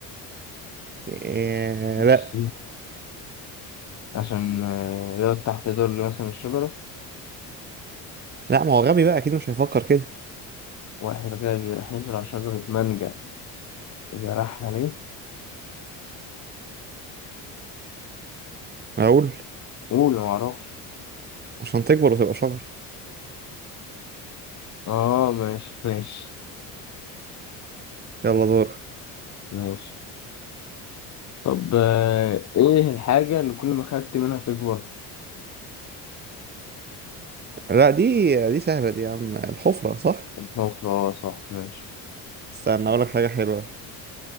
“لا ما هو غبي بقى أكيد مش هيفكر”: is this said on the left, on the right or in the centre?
Right